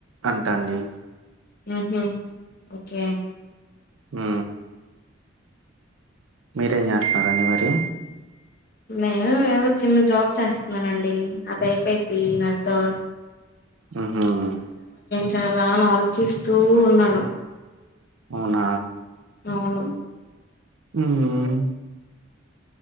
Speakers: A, on the right; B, on the left.
A: అంటండి
B: మ్ హూ ఓకే
A: మ్ మీరేం చేస్తారండి మరి
B: నేనూ ఏదో చిన్న జాబ్ చేస్తున్నానండి అదే ప్పేతి నల్తో
A: ఉం <unintelligible>
B: <unintelligible> అని ఆలోచిస్తూ ఉన్నాను
A: అవునా
B: అవును
A: మ్మ్